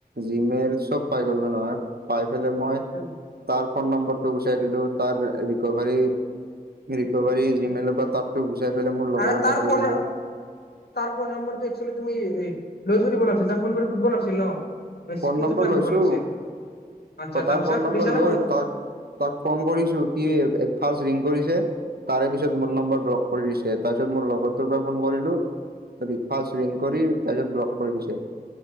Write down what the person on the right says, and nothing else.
জিমেইল চব পাই গল নহয় পাই পেলাই মই',
তাৰ ফোন নম্বৰটো গুচাই দিলোঁ, তাৰ ৰিকভাৰীত', ৰিকভাৰী জিমেইলৰ পৰা তাৰতো গুচাই পেলাই মোৰ লগৰ
এটাক
দি
দিলোঁ',
ফোন
নম্বৰ
লৈছো
ক
তাৰ ফোন
নম্বৰ
লৈ
তাক তাক ফোন কৰিছো কি ফাষ্ট ৰিং কৰিছে। তাৰে পিছত মোৰ নম্বৰ ব্লক কৰি দিছে তাৰ পিছত মোৰ লগৰটোৰ পৰা ফোন কৰিলো। ফাৰ্ষ্ট ৰিং কৰি তাৰপিছত ব্লক কৰি দিছে